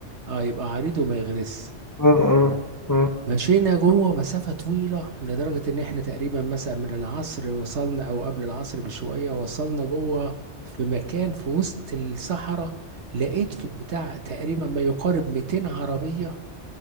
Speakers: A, on the right; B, on the left.
A: اه يبقى عريض وما يغرس
B: مم. مم. مم.
A: مشينا جوه مسافة طويلة لدرجة إن إحنا تقريبا مثلا من العصر وصلنا أو قبل العصر بشوية وصلنا جوه في مكان في وسط الصحراء لقيت في بتاع تقريبا ما يقارب 200 عربية